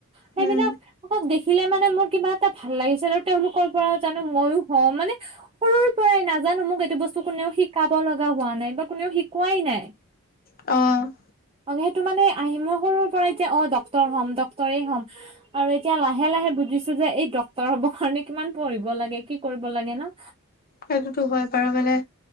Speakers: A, on the right (about 25°); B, on the left (about 40°).
A: সেইবিলাক
B: উম
A: আ দে খিলে মানে মোৰ কিবা এটা ভাল লাগিছিল আৰু তেওঁলোকৰ পৰা জানো মইও হওঁ মানে সৰুৰ পৰাই নাজানো মোক এইটো বস্তু কোনেও শিকাব লগা হোৱা নাই বা কোনেও শিকোৱাই নাই।
B: অঁ।
A: অ সেইটো মানে আহি মই সৰুৰ পৰাই যে অ ডক্তৰ হ'ম ডক্তৰেই হম আৰু এতিয়া লাহে লাহে বুজিছো যে এই ডাক্তৰ হবৰ কাৰণে কিমান পঢ়িব লাগে কি কৰিব লাগে ন।
B: সেইটোতো হয় বাৰু মানে